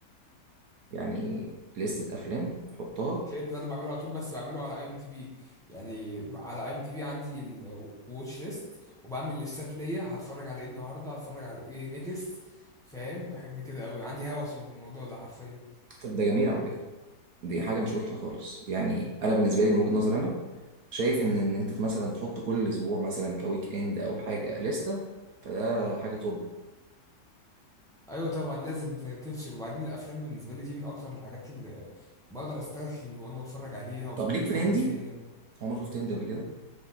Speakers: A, on the right; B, in the centre.
A: يعني لستة افلام حطها
B: الكلام ده اللي بعمله على طول بس بعمله على اي ام دي بي يعني على اي ام دي بي عندي الواتش ليست وبعمل ليستات ليا هتفرج على ايه النهارده هتفرج على ايه نيكست فاهم بحب كده قوي عندي هوس من الموضوع ده حرفيا
A: طب ده جميل على فكره دي حاجه مش وحشه خالص يعني انا بالنسبه لي من وجهه نظري انا شايف ان ان انت مثلا تحط كل اسبوع مثلا كويك اند او حاجه لستة فده حاجه توب
B: ايوه طبعا لازم ت- تفصل وبعدين الافلام بالنسبه لي دي من اكتر الحاجات اللي بقدر استرخي وانا بتفرج عليها وبكون
A: طب ليك
B: مرتاح
A: في الهندي
B: نفسيا يعني
A: عمر شفت هندي قبل كده